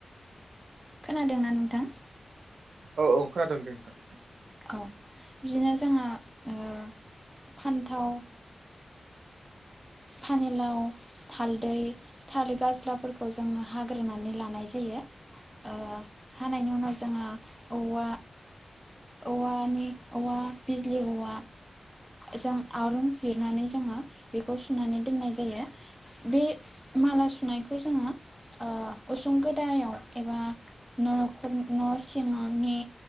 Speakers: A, in the centre; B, on the right.
A: खोनादोंना नोंथां?
B: औ औ खोनादों दे नोथां।
A: औ बिदिनो जोंहा। ओ फान्थाव फानिलाव हालदै थालिर गाज्लाफोरखौ जोङो हाग्रोनानै लानाय जायो ओ हानायनि उनाव जोङो औवा औवानि औवा बिजलि औवा जों आरुं जिरनानै जोङो बेखौ सुनानै दोननाय जायो बे माला सुनायखौ जोङो ओ उसुं गेदायाव एबा न'खर न' सिङनि